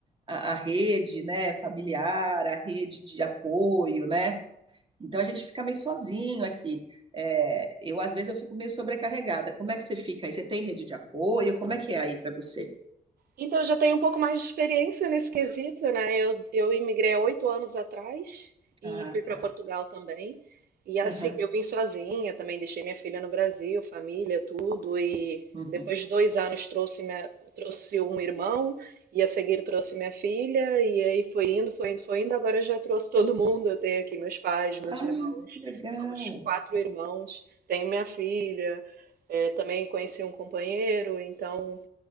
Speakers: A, on the right; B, on the right.
A: a, a rede, né? Familiar, a rede de apoio, né? Então a gente fica meio sozinho aqui. É, eu às vezes eu fico meio sobrecarregada. Como é que você fica aí? Você tem rede de apoio? Como é que é aí para você?
B: Então, eu já tenho um pouco mais de experiência nesse quesito, né? Eu, eu imigrei há oito anos atrás e
A: Ah,
B: fui para
A: tá.
B: Portugal também. E assim,
A: Aham,
B: eu vim sozinha também, deixei minha filha no Brasil, família, tudo. E
A: uhum.
B: depois de dois anos trouxe, minha, trouxe um irmão e a seguir trouxe minha filha. E aí foi indo, foi indo, foi indo. Agora eu já trouxe todo mundo. Eu tenho aqui meus pais, meus
A: Ah,
B: irmãos.
A: que legal.
B: Somos quatro irmãos. Tenho minha filha. É, também conheci um companheiro, então